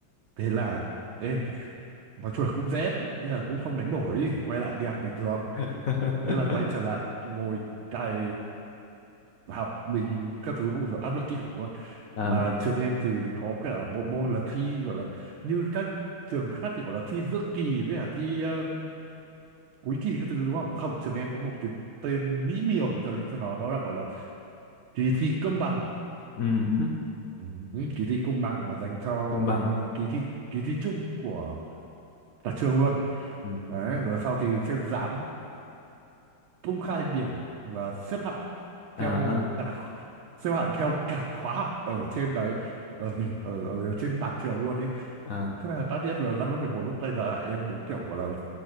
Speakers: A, on the right; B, on the left.
A: thế là em thì nói chung là cũng rét nhưng là cũng không đánh đổi quay lại đi học bình thường
B: <laughs>
A: thế là quay trở lại ngồi cày học mình các thứ nó cũng rồi áp lực kinh khủng luôn
B: à,
A: mà trường em thì, thì có cả bộ môn là thi gọi là như các trường khác thì gọi là thi giữa kỳ với cả thi um, cuối kỳ các thứ đúng không không trường em có một cái tên mỹ miều cho cho nó đó là gọi là kỳ thi công bằng
B: ừ,
A: ừ, kỳ thi công bằng là dành cho
B: công bằng.
A: ờ, kỳ thi kỳ thi chung của cả trường luôn
B: Ừ.
A: đấy rồi sau thì sẽ dán công khai điểm và xếp hạng
B: À
A: theo
B: ha.
A: cả xếp hạng theo cả khóa học ở trên đấy ở, ở, ở trên mặt trường luôn ý
B: À,
A: thế là tất nhiên là năm lớp 11 lúc đây là em đúng kiểu gọi là